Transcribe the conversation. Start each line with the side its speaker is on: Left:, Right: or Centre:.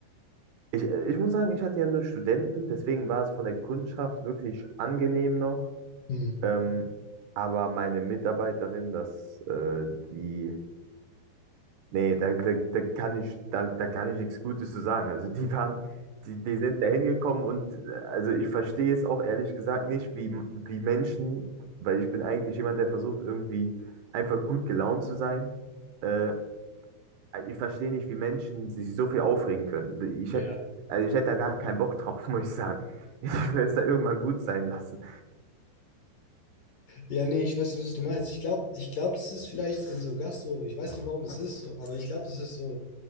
Right: ich, ich muss sagen, ich hatte ja nur Studenten, deswegen war es von der Kundschaft wirklich angenehm noch.
Left: hm.
Right: Ähm, aber meine Mitarbeiterin, das, äh, die Nee, da, da, da kann ich, da, da kann ich nichts Gutes zu sagen. Also die waren, die, die sind da hingekommen und äh, also ich verstehe es auch ehrlich gesagt nicht, wie, wie Menschen, weil ich bin eigentlich jemand, der versucht, irgendwie einfach gut gelaunt zu sein. Äh, ich verstehe nicht, wie Menschen sich so viel aufregen können. Ich
Left: Ja.
Right: hätte, also ich hätte da gar keinen Bock drauf, <laughs> muss ich sagen. Ich will es da irgendwann gut sein lassen.
Left: Ja, nee, ich weiß nicht, was du meinst. Ich glaube, ich glaub, das ist vielleicht in so Gastro, ich weiß nicht, warum das ist, so, aber ich glaube, es ist so,